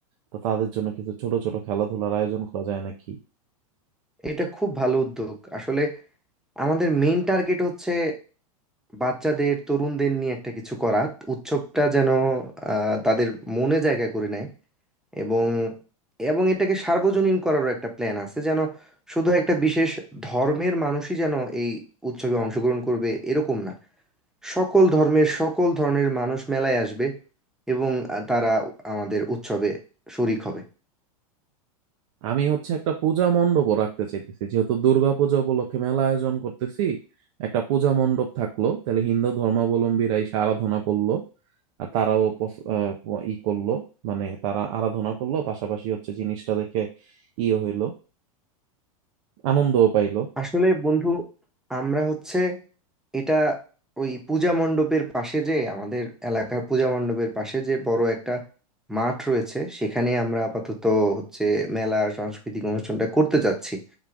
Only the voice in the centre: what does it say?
এটা খুব ভালো উদ্যোগ আসলে আমাদের মেইন টার্গেট হচ্ছে বাচ্চাদের তরুণদের নিয়ে একটা কিছু করা উৎসবটা যেন আহ, তাদের মনে জায়গা করে নেয় এবং এবং এটাকে সার্বজনীন করারও একটা প্ল্যান আছে যেন শুধু একটা বিশেষ ধর্মের মানুষই যেন এই উৎসবে অংশগ্রহণ করবে এরকম না সকল ধর্মের সকল ধরনের মানুষ মেলায় আসবে এবং আহ, তারা আমাদের উৎসবে শরিক হবে
আসলে বন্ধু আমরা হচ্ছে এটা ওই পূজা মণ্ডপের পাশে যে আমাদের এলাকার পূজা মণ্ডপের পাশে যে বড় একটা মাঠ রয়েছে সেখানে আমরা আপাতত হচ্ছে মেলা সাংস্কৃতিক অনুষ্ঠানটা করতে যাচ্ছি